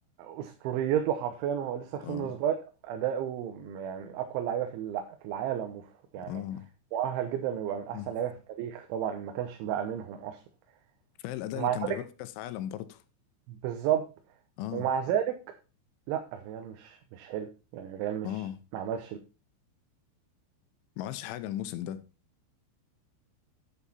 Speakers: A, on the right (about 80°); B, on the left (about 80°).
A: اسطوريته حرفيا وهو لسه في
B: اه
A: سن صغير اداؤه يعني من اقوى اللعيبه في الع- في العالم وف يعني
B: اه
A: مؤهل جدا انه يبقى من احسن
B: اه
A: لعيبه في التاريخ طبعا ما كانش بقى منهم اصلا
B: كفاية الأداء
A: ومع
B: اللي كان
A: ذلك
B: بيعمله في كأس عالم برضه
A: بالظبط
B: اه
A: ومع ذلك لا الريال مش مش حلو يعني الريال مش
B: اه
A: ما عملش
B: ما عملش حاجة الموسم ده